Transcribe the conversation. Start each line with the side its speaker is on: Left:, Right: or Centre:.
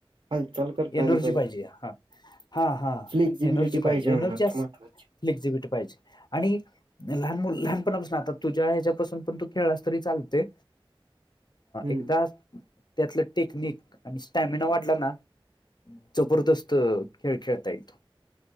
Right: हालचाल करता
Left: एनर्जी
Right: आली
Left: पाहिजे हा हा हा
Right: फ्लेक्झिबिलिटी
Left: एनर्जी पाहिजे
Right: अंगात
Left: एनर्जीस
Right: महत्वाची
Left: एक्झिबिट पाहिजे आणि लहान मु लहानपणापासून आता तुझ्या ह्याच्यापासून पण तू खेळास तरी चालते
Right: हम्म
Left: एकदा त्यातलं टेक्निक आणि स्टॅमिना वाढला ना जबरदस्त खेळ खेळता यईल तो